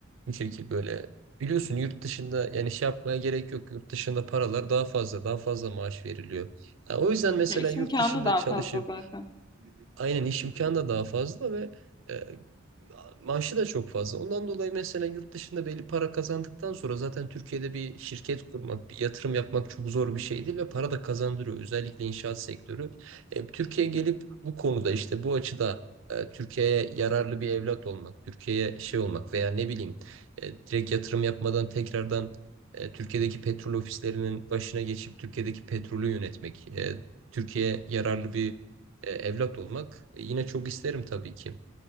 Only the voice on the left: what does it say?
Ya iş
imkanı
daha
fazla zaten.